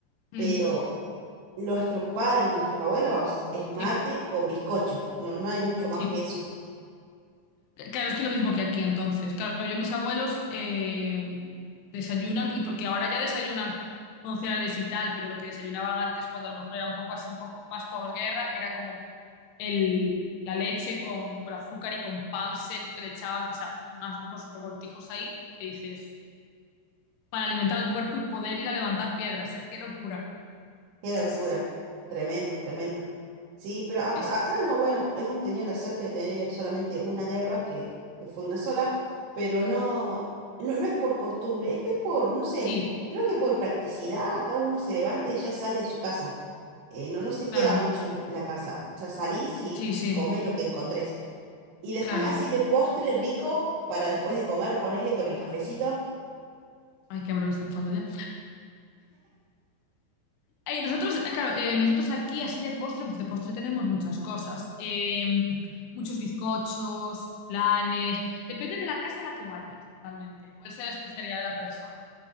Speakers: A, on the left; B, on the right.
A: Mm,
B: pero nuestros padres, nuestros abuelos, es mate
A: sí,
B: con bizcocho, no, no hay mucho más
A: sí.
B: que eso.
A: Claro, es que lo mismo que aquí entonces. Claro, yo mis abuelos eh, desayunan y porque ahora ya desayunan con cereales y tal, pero lo que desayunaban antes cuando a lo mejor era un poco así, un poco más posguerra, era como el, la leche con, con azúcar y con pan seco que le echaban, o sea, unas- unos revoltijos ahí que dices, para alimentar el cuerpo y poder ir a levantar piedras, ¿eh? ¡Qué locura!
B: Qué
A: Sí,
B: locura,
A: sí, sí.
B: tremendo, tremendo. Sí, pero acá,
A: Sí, sí,
B: acá
A: sí.
B: no, bueno, hemos tenido la suerte de tener solamente una guerra, que, que fue una sola, pero no, no, no es por costumbre, es, es por, no sé,
A: Sí,
B: creo que por practicidad acá uno se levanta y ya sale de su casa. Eh, no, no se
A: claro.
B: queda mucho en la casa, o sea, salís y
A: Sí, sí,
B: comés lo que encontrés. Y después
A: claro.
B: así de postre rico, para después de comer, ponele con el cafecito.
A: Ay, qué hambre me está entrando ya. Ay, nosotros, eh, claro, eh, nosotros aquí así de postre, pues de postre tenemos muchas cosas. Em, muchos bizcochos, flanes. Depende de la casa a la que vayas, realmente. Cuál sea la especialidad de la persona.